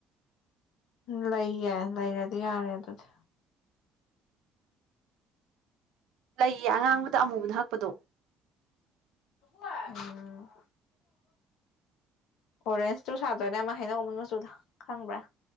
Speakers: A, on the left; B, on the right.
A: ꯂꯩꯌꯦ ꯂꯩꯔꯗꯤ ꯌꯥꯔꯦ ꯑꯗꯨꯗꯤ
B: ꯂꯩꯌꯦ ꯑꯉꯥꯡꯕꯗ ꯑꯃꯨꯕꯅ ꯍꯛꯄꯗꯣ
A: ꯎꯝ ꯑꯣꯔꯦꯟꯖꯇꯨ ꯁꯥꯗꯣꯏꯅꯦ ꯑꯃ ꯍꯥꯅꯧ ꯑꯃꯨꯟ ꯃꯆꯨꯗ ꯈꯪꯕ꯭ꯔꯥ